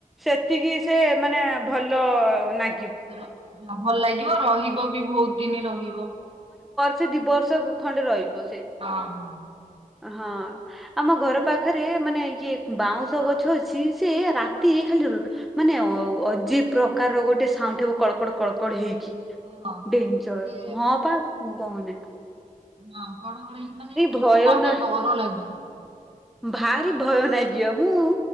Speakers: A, in the centre; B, on the right (about 40°).
A: ସେତିକି ସେ ମାନେ ଭଲ ନା
B: ର ହଁ! ଭଲ ଲାଗିବ ରହିବ ବି, ବହୁତ ଦିନ୍‌ ରହିବ।
A: ସେ ଦିବର୍ଷ ଖଣ୍ଡେ ରହିଯିବ ସେ।
B: ହଁ
A: ହଁ! ଆମ ଘର ପାଖରେ ମାନେ ଇଏ ବାଉଁଶ ଗଛ ଅଛି। ସିଏ ରାତିରେ ଖାଲି ମାନେ ଅଜିବ୍ ପ୍ରକାରର ଗୋଟେ ସାଉଁଣ୍ଟୁ ହବ। ମାନେ କଳକଡ କଳକଡ ହେଇ କି
B: ହଁ ହଁ
A: ଡେଞ୍ଜର୍
B: ସେ
A: ହଁ! ପା କହନାଇଁ।
B: ହଁ କଡ଼ କଡ଼ ହେଇକିନା ଥିବ
A: ଭୟ
B: ତାକୁ
A: ନା
B: ଟିକେ ଡର ଲାଗିବ।
A: ଭାରି ଭୟ ନାଗିବ କିଅ ମୁଁ